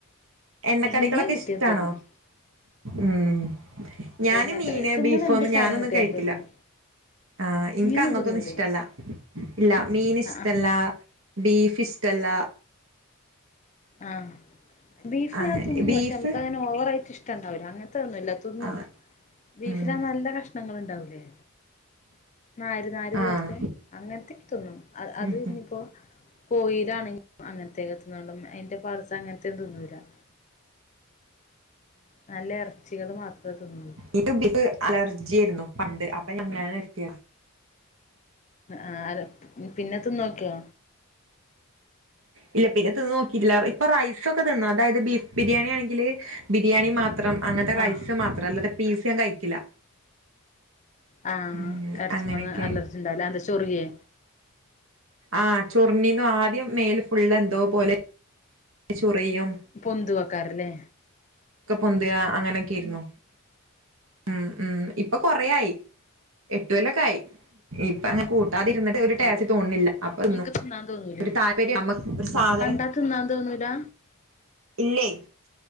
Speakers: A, on the right (about 70°); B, on the left (about 35°).
A: എണ്ണക്കടികളൊക്കെ
B: എല്ലാം കിട്ടിയാ
A: ഇഷ്ടാണോ
B: തിന്നും
A: ഉം ഞാന്
B: എണ്ണക്ക
A: മീന്
B: തിന്നണ
A: ബീഫോ
B: എന്ത്
A: ഒന്നും
B: സാധനം
A: ഞാനൊന്നും
B: കിട്ടിയാലും
A: കഴിക്കില്ല
B: തിന്നും
A: ആഹ് എനിക്ക്
B: മീനും
A: അങ്ങത്തൊന്നും
B: തിന്നൂലേ
A: ഇഷ്ടല്ല ഇല്ല മീൻ ഇഷ്ടല്ല
B: ആഹ് ആഹ്
A: ബീഫ് ഇഷ്ടല്ല
B: ആഹ് ബീഫിനകത്ത്ന്നന്ന്
A: അങ്ങനെ ബീഫ്
B: പക്ഷെ നമുക്ക് അങ്ങനെ ഓവറായിട്ട് ഇഷ്ട ഇണ്ടാവില്ല അങ്ങനത്തെ ഒന്നുംല്ല തിന്നും
A: ആഹ്
B: ബീഫിനാ
A: ഉം
B: നല്ല കഷ്ണങ്ങ ഉണ്ടാവൂലേ നാര് നാര്
A: ആഹ്
B: പോലത്തെ അങ്ങനത്തക്ക് തിന്നും അഹ് അത്
A: ഉം
B: ഇനിയിപ്പോ കോഴീടെ ആണ് <unintelligible> അയിൻ്റെ പാഡ്‌സ് അങ്ങനത്തെ ഒന്നും തിന്നൂല്ല നല്ല ഇറച്ചികൾ മാത്രമേ തിന്നുള്ളൂ
A: ഇനിക്ക് ബ അലർജി ആയിരുന്നു പണ്ട് അപ്പൊ ഞങ്ങൾ <unintelligible>
B: ആഹ് പിന്നെ തിന്ന്നോക്കിയോ
A: ഇല്ല പിന്നെ തിന്ന് നോക്കിയില്ല ഇപ്പൊ റൈസ് ഒക്കെ തിന്നു അതായത് ബീഫ് ബിരിയാണെങ്കില് ബിരിയാണി മാത്രം അങ്ങനത്തെ റൈസ്
B: ആഹ്
A: മാത്രം അല്ലാതെ പീസ് കഴിക്കില്ല
B: ആഹ്
A: ഉം
B: ഇറച്ചിന്ന്
A: അങ്ങനെയൊക്കെ
B: അലറച്ചി ഉണ്ട് എന്താ ചൊറിയെ
A: ആഹ് ചൊറിഞ്ഞിരിന്നു ആദ്യം മേൽ ഫുള്ള് എന്തോ പോലെ ചൊറിയും
B: പൊന്തിവരാറില്ലെ
A: ദേഹത്തൊക്കെ പൊന്തിയ അങ്ങനൊക്കെ ആയിരുന്നു ഉം ഉം ഇപ്പൊ കൊറെ ആയി എട്ട് കൊല്ലൊക്കെ ആയി ഇപ്പ അങ്ങനെ കൂട്ട തിരുന്നിട്ട് ഒരു ടേസ്റ്റ്തോന്നിയില്ല
B: ഔ
A: അപ്പൊ
B: നിനക്ക് തിന്നാൻ തോന്നൂലേ
A: താല്പര്യം <unintelligible>
B: കണ്ടാ തിന്നാൻ തോന്നൂല
A: ഇല്ലേ